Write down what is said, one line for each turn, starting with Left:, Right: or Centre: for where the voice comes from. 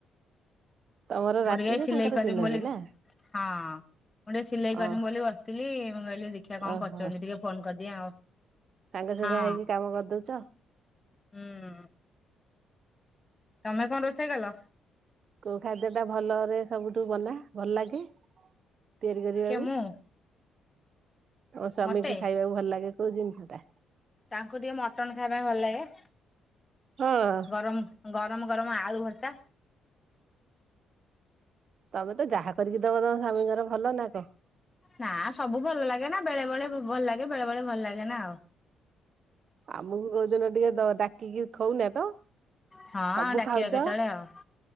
Right: ତମର
Left: ମୁଁ
Right: ରାତିରେ
Left: ଟିକେ ସିଲେଇ
Right: ତାଙ୍କର
Left: କରିମି
Right: ଦିନରେ
Left: ବୋଲି,
Right: ନା?
Left: ହଁ ମୁଁ ଟିକେ ସିଲେଇ
Right: ହଁ।
Left: କରିମି ବୋଲି ବସିଥିଲି। ମୁଁ କହିଲି ଦେଖିବା କଣ
Right: ଓହୋ
Left: କରୁଛନ୍ତି? ଟିକେ ଫୋନ୍‌ କରିଦିଏ ଆଉ
Right: ସାଙ୍ଗସୁଙ୍ଗା
Left: ହଁ
Right: ହେଇକି କାମ କରିଦଉଛ।
Left: ହୁଁ। ତମେ କଣ ରୋଷେଇ କଲ?
Right: କୋଉ ଖାଦ୍ୟ ଟା ଭଲରେ ସବୁ କୁ ବନା ଭଲ ଲାଗେ? ତିଆରି କରିବାକୁ।
Left: କିଏ ମୁଁ
Right: ତମ ସ୍ଵାମୀଙ୍କୁ
Left: ମତେ!
Right: ଖାଇବାକୁ ଭଲ ଲାଗେ କୋଉ ଜିନିଷ ଟା?
Left: ତାଙ୍କୁ ଟିକେ ମଟନ୍‌ ଖାଇ ପାଇଁ ଭଲ ଲାଗେ।
Right: ହଁ
Left: ଗରମ ଗର ଗରମ ଗରମ ଆଳୁ ଭର୍ତା।
Right: ତମେ ତ ଯାହା କରିକି ଦବ ତମ ସ୍ୱାମୀଙ୍କର ଭଲ ନା କଣ?
Left: ନା ସବୁ ଭଲ ଲାଗେନା। ବେଳେ ବେଳେ ଭଲ ଲାଗେ, ବେଳେ ବେଳେ ଭଲ ଲାଗେ ନା ଆଉ।
Right: ଆମକୁ କୋଉଦିନ ଟିକେ ଦ ଡାକିକି ଖାଉନା ତ
Left: ହଁ
Right: ସବୁ
Left: ଡାକିବା
Right: ଖାଉଛ।
Left: କେତେବେଳେ ଆଉ?